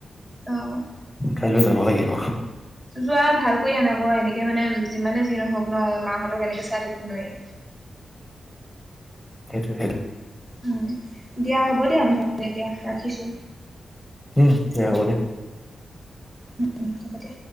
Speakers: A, on the right (about 20°); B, in the centre.
A: অ
B: কাইলৈ যাব লাগিব
A: যোৱা ভাল কৰি আনাগ এনেকে মানে যিমানে যি নহওক ন মাহঁতক এনেকে চাই থাকিব নোৱাৰি
B: সেইটো সেইটো
A: উম দিয়া হ'ব দিয়া নহ'লে এতিয়া ৰাখিছো
B: উম এয়া হ'ব দে
A: উম উম হ'ব দে।